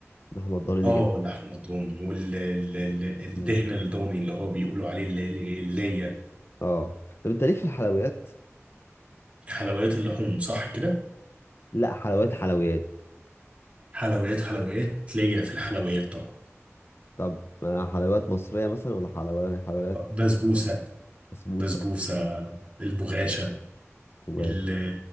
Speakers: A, on the left; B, on the right.
A: اللحمة الضاني دي
B: اه
A: جميلة
B: اللحمة الضاني والدهن
A: مم.
B: الضاني اللي هو بيقولوا عليه اللي اللي هي
A: أه طب أنت ليك في الحلويات؟
B: حلويات اللحوم صح كده
A: لا حلويات حلويات
B: حلويات حلويات ليا في الحلويات طبعا
A: طب آه، حلويات مصرية مثلا ولا حلويات حلويات
B: بسبوسة
A: بسبوسة
B: بسبوسة
A: أو
B: البغاشة
A: كوباية
B: ال-